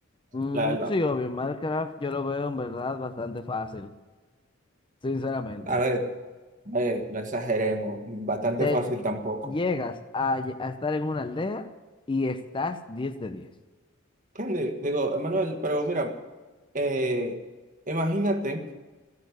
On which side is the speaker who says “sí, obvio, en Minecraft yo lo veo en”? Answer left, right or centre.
Left